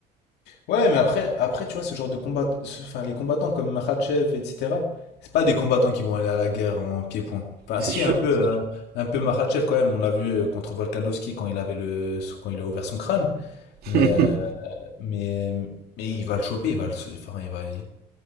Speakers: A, on the left; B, on the right.
A: Ouais, mais après, après, tu vois, ce genre de combat, ce- enfin, les combattants comme Makhachev, etc., c'est pas des combattants qui vont aller à la guerre en pied-point. Enfin,
B: C'est
A: si,
B: sûr.
A: un peu, euh, un peu Makhachev quand même, on l'a vu euh, contre Volkanovski quand il avait le, quand il a ouvert son crâne. Mais,
B: <laughs>
A: euh, mais, mais il va le choper, il va le, enfin, il va, il-